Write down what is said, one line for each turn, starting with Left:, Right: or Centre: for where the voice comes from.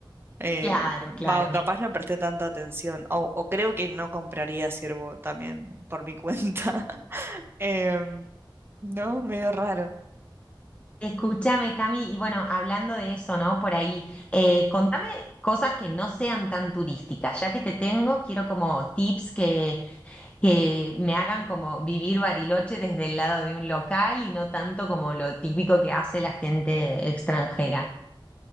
Right: Eh,
Left: Claro,
Right: va,
Left: claro.
Right: o capaz no presté tanta atención. O, o creo que no compraría ciervo también por mi cuenta. <laughs> Em, no, medio raro.
Left: Escúchame, Cami, y bueno, hablando de eso, ¿no? Por ahí, eh, contame cosas que no sean tan turísticas, ya que te tengo, quiero como tips que que me hagan como vivir Bariloche desde el lado de un local y no tanto como lo típico que hace la gente extranjera.